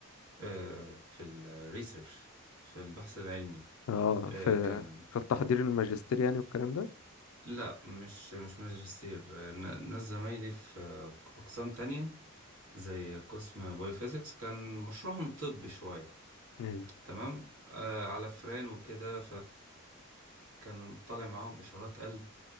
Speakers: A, on the right; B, on the left.
A: آه، في الريسيرش في البحث العلمي
B: اه
A: آه،
B: في
A: كان
B: في التحضير الماجستير يعني والكلام ده
A: لا مش مش ماجستير آه، ن- ناس زمايلي في آه، أقسام تانية زي قسم بايوفيزيكس كان مشروعهم طبي شوية
B: ايوه
A: تمام آه على فران وكده كان طالع معاهم إشارات قلب